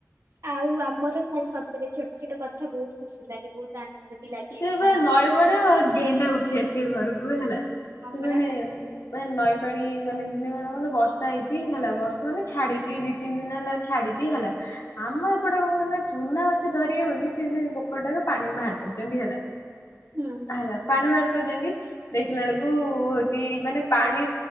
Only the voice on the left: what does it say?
ସେ ବା
ନଈବଣ
ଆ ଗେଣ୍ଡା ଉଠି ଆସିବେ ଘରକୁ ହେଲା
ସେମାନେ
ମ ନଈ ପାଣି ମାନେ ଦ ମ ଗଲେ ବର୍ଷା ହେଇଛି ହେଲା, ବର୍ଷ ମାନେ ଛାଡିଛି ଦି ତିନି ଦିନ ହେଲା ଛାଡିଛି ହେଲା ଆମ ଏପଟ ଚୁନା ମାଛ ଧରିବେ ବୋଲି, ସେ ସେ ପୋଖରୀଟାରୁ ପାଣି ବାହାର କରଛନ୍ତି ହେଲା,
ହେଲା, ପାଣି ବାହାର କରୁଛନ୍ତି ଦେଖିଲା ବେଳକୁ ହଉଛି ମାନେ, ପାଣି